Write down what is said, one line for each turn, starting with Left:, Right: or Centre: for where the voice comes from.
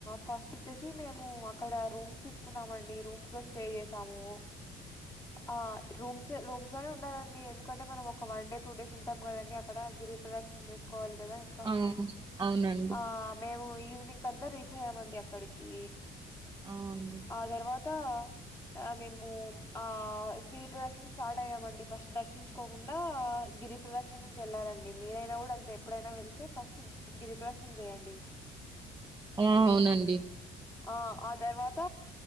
Left: ఫస్ట్ వచ్చేసి మేము అక్కడ రూమ్స్ తీసుకున్నామండి రూమ్స్ లో స్టే చేసాము. ఆ రూమ్స్ రూ. నే ఉండాలండి ఎందుకంటే మనం ఒక వన్ డే టూ డేస్ ఉంటం కదండి అక్కడ రీప్రదక్షన్ చేసుకోలి కదా ఇంకా.
Right: ఆ! అవునండి.
Left: ఆ మేము ఈవినింగ్ అంతా రీచ్ అయ్యామండి అక్కడికి.
Right: అవుంది.
Left: ఆ తర్వాత ఆ మేము ఆ దీపదక్షి. స్టార్ట్ అయ్యామండి ఫస్ట్ దర్శించుకోకుండా గిరి ప్రదక్షిణకి వెళ్ళాలిండి మీరైనా కూడా అంత ఎప్పుడైనా వెళ్. అయితే ఫస్ట్ గిరి ప్రదక్షణ చేయండి.
Right: ఆ అవునండి.
Left: ఆ ఆ తర్వాత.